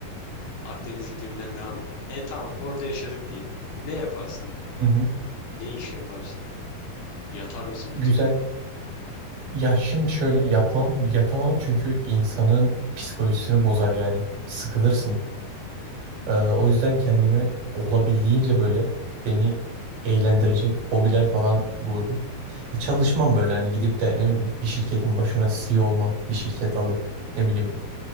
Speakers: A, on the left; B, on the right.
A: Akdeniz ikliminden devam ya. E tamam orada yaşadık diyelim. Ne yaparsın yani?
B: Hı hı.
A: Ne iş yaparsın? Yatar mısın bütün
B: Güzel.
A: gün?
B: Ya şimdi şöyle yatmam, yatamam çünkü insanın psikolojisini bozar yani. Sıkılırsın. Ee, o yüzden kendime olabildiğince böyle beni eğlendirecek hobiler falan bulurum. Ya çalışmam böyle hani gidip de ne bileyim bir şirketin başına CEO olmam, bir şirket alıp ne bileyim